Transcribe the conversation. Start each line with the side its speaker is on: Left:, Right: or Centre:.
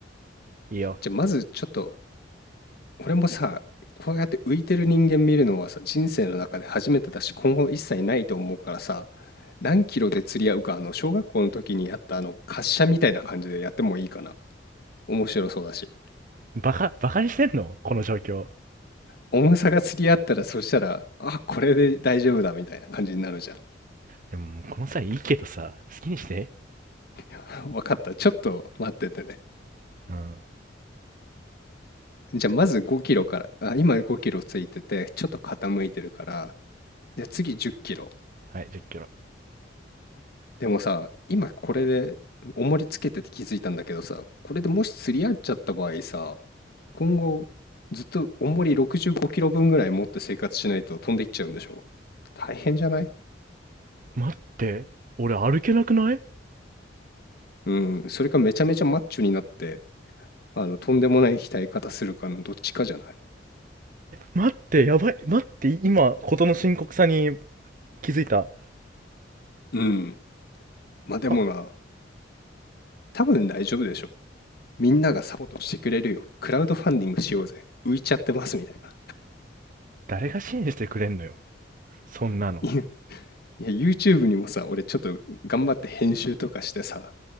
Right: いいよ。
Left: じゃあまずちょっと、俺もさ、こうやって浮いてる人間見るのはさ、人生の中で初めてだし、今後一切ないと思うからさ、何キロで釣り合うか、あの、小学校の時にやったあの、滑車みたいな感じでやってもいいかな。面白そうだし。
Right: バカ、バカにしてんのこの状況。
Left: 重さが釣り合ったら、そしたら、あ、これで大丈夫だみたいな感じになるじゃん。
Right: でも、もうこの際いいけどさ、好きにして。
Left: <laughs> わかった。ちょっと待っててね。
Right: うん。
Left: じゃあまず5キロから、あ、今5キロついてて、ちょっと傾いてるから、じゃあ次10キロ。
Right: はい、10キロ。
Left: でもさ、今これで重りつけてて気づいたんだけどさ、これでもし釣り合っちゃった場合さ、今後ずっと重り65キロ分ぐらい持って生活しないと飛んでいっちゃうんでしょ大変じゃない
Right: 待って、俺歩けなくない
Left: うん、それかめちゃめちゃマッチョになって、あの、とんでもない鍛え方するかのどっちかじゃない
Right: 待って、やばい。待って、今、ことの深刻さに気づいた。
Left: うん。まあでもな、
Right: あ、
Left: 多分大丈夫でしょみんながサポートしてくれるよ。クラウドファンディングしようぜ。浮いちゃってますみたいな。
Right: 誰が支援してくれんのよ。そんなの。
Left: <laughs> いや、YouTube にもさ、俺ちょっと頑張って編集とかしてさ、